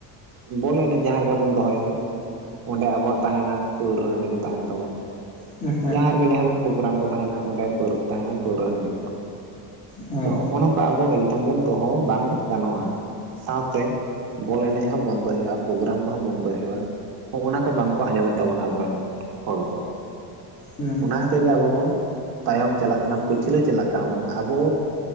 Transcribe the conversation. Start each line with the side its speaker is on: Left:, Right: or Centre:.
Right: ᱵᱚᱞ ᱮᱱᱮᱡ ᱡᱟᱦᱟᱸ ᱨᱮᱜᱮ ᱵᱚᱱ ᱫᱚᱦᱚᱭᱟ ᱚᱸᱰᱮ ᱟᱵᱚᱣᱟᱜ ᱛᱟᱦᱮᱱᱟ ᱯᱟᱹᱣᱨᱟᱹ ᱦᱟᱺᱰᱤ ᱠᱚ ᱛᱟᱦᱮᱱ ᱛᱟᱵᱚᱱᱟ
Left: ᱦᱮᱸ
Right: ᱡᱟᱦᱟᱸ ᱨᱮᱜᱮ ᱡᱟᱦᱟᱱᱟᱜ ᱯᱨᱳᱜᱨᱟᱢ ᱠᱚ ᱛᱟᱦᱮᱱᱟ ᱚᱸᱰᱮ ᱛᱟᱦᱮᱱᱟ ᱯᱟᱹᱣᱨᱟᱹ ᱦᱟᱺᱰᱤ ᱠᱚ
Left: ᱦᱮᱸ
Right: ᱛᱚ ᱱᱚᱜᱱᱟ ᱟᱵᱚ ᱮᱠᱫᱚᱢ ᱜᱮ ᱫᱚᱦᱚ ᱵᱟᱝ ᱜᱟᱱᱚᱜᱼᱟ ᱥᱟᱶᱛᱮ ᱵᱚᱞ ᱮᱱᱮᱡ ᱦᱚᱸ ᱵᱚᱱᱫᱚᱭ ᱦᱩᱭᱩᱜᱼᱟ ᱯᱨᱳᱜᱨᱟᱢ ᱠᱚᱦᱚᱸ ᱵᱚᱱᱫᱚᱭ ᱦᱩᱭᱩᱜᱼᱟ ᱦᱚᱜᱼᱱᱟ ᱠᱚ ᱵᱟᱝ ᱠᱚ ᱟᱸᱡᱚᱢᱮᱫ ᱛᱟᱵᱚᱱᱟ ᱟᱵᱚᱨᱮᱱ ᱦᱚᱲ ᱠᱚ
Left: ᱦᱮᱸ
Right: ᱚᱱᱟ ᱛᱮᱦᱮᱧ ᱟᱵᱚ ᱵᱚᱱ ᱛᱟᱭᱚᱢ ᱪᱟᱞᱟᱜ ᱠᱟᱱᱟ ᱯᱟᱹᱪᱷᱞᱟᱹ ᱪᱟᱞᱟᱜ ᱠᱟᱱᱟ ᱵᱚᱱ ᱟᱵᱚ